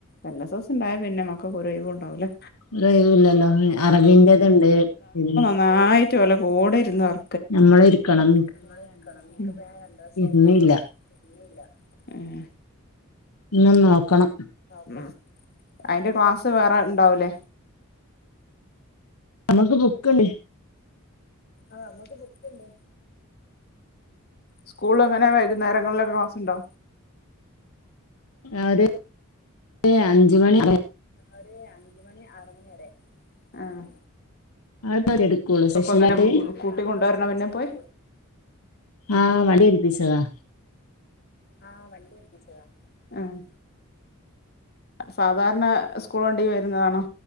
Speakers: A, on the left (about 45°); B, on the left (about 85°).
A: എൽ എസ് എസ് ഉണ്ടായ പിന്നെ മക്കക്കൊരൊയ്‌വും ഉണ്ടാവൂലാ.
B: ഒരൊയ് വൂല്ലല്ലോ. അറബിൻ്റതുണ്ട് പിന്നെ
A: ന്നായിട്ട് ഓലെ കൂടെ ഇരുന്ന് വർ
B: നമ്മളിര്ക്കണം.
A: നമ്മളിരിക്കണം. ഇന്ന് പ്പം രണ്ടീസായിട്ട്
B: ഇരുന്നില്ല
A: ഇര്ന്നില്ല. ഏഹ്
B: ഇന്ന് നോക്കണം.
A: ഉം അയിന്റെ ക്ലാസ്സ് വേറെണ്ടാവുലേ?
B: ഞമക്ക് ബുക്ക് ഇണ്ട്
A: ആഹ് ഞമ്മക്ക് ബുക്ക്ണ്ട് സ്കൂളില് അങ്ങനെ വൈകുന്നേരങ്ങളിലൊക്കെ ക്ലാസ് ഉണ്ടോ?
B: ആഹ് ഒരു അഞ്ച് മണി <unintelligible>
A: ഒരു അഞ്ച് മണി ആറ് മണി വരെ. ആഹ്
B: അത് മാത് എടുക്കൊള്ളൂ സ്പെഷ്യലായിട്ട്
A: അപ്പൊ അങ്ങനെ കൂട്ടി കൊണ്ടുവരണൊ പിന്നെ പോയി
B: ആഹ് വണ്ടിയേൽപ്പിച്ചതാ.
A: ആഹ് വണ്ടി ഏൽപ്പിച്ചതാ. അഹ് സാധാരണ സ്കൂൾ വണ്ടി വരുന്നതാണോ?